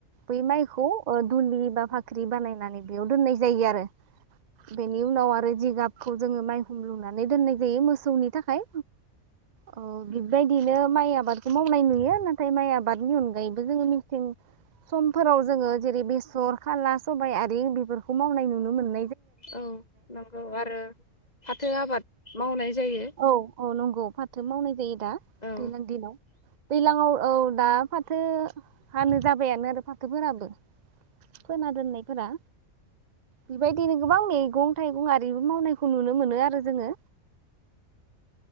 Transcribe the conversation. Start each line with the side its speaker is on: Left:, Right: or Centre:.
Right: बै माइखौ अ दुलि बा फाख्रि बानायनानै बेयाव दोननाय जायो आरो। बेनि उनाव आरो जिगाबखौ जोङो माइहुं लुंनानै दोननाय जायो मोसौनि थाखाय। औ बिबायदिनो माइ आबादखौ मावनाय नुयो। नाथाय माइ आबादनि अनगायैबो जोङो मिथिं समफोराव जोङो जेरै बेसर खाला सबाइ आरि बेफोरखौ मावनाय नुनो मोनो।
Left: औ नंगौ आरो फाथो आबाद मावनाय जायो
Right: औ औ नंगौ। फाथो मावनाय जायो। दा
Left: औ
Right: दैलां दिनाव। दैलाङाव औ दा फाथो हानो जाबायानो आरो फाथोफोराबो फोना दोननायफोरा बेबायदिनो गोबां मेगं थाइगं आरिबो मावनायखौ नुनो मोनो आरो जोङो।